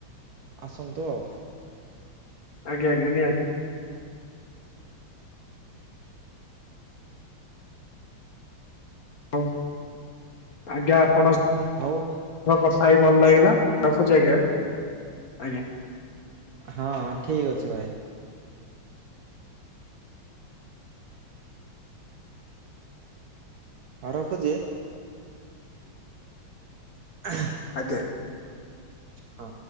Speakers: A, on the right; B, on the left.
A: ଆସନ୍ତୁ ଆଉ।
B: ଆଜ୍ଞ ଆଜ୍ଞା ନିହାତି। ହଉ ଆଜ୍ଞା ଆପଣ।
A: ହଉ।
B: କଥା ହେଇ ଭଲ ଲାଗିଲା ରଖୁଛି ଆଜ୍ଞା ଆଜ୍ଞା।
A: ହଁ ଠିକ ଅଛି ଭାଇ। ହଁ ରଖୁଛି। <unintelligible>
B: ଆଜ୍ଞା।
A: ହଁ।